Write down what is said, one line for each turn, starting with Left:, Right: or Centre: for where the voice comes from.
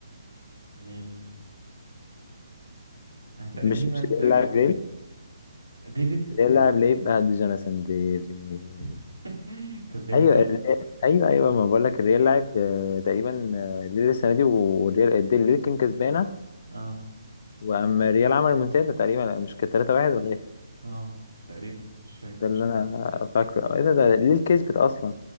Right: ليل آه تقريبا
Left: مش مش ريال
Right: تقريبا
Left: لاعب ريل
Right: ديفيد
Left: ريال لاعب ليه بقى دي جوناثان دي دي-
Right: <laughs> كانت بعيدة
Left: ايوه
Right: أوي
Left: الريال ايوه ايوه ما بقول لك الريال لاعب آه، تقريبا آه، ليل السنة دي والريال الديل ليل كان كسبانة
Right: اه
Left: واما الريال عمل منتدى تقريبا مش كانت 3-1 ولا إيه؟
Right: اه تقريبا مش فاكر
Left: ده اللي انا فاكره ايه ده, ده ليه كسبت اصلا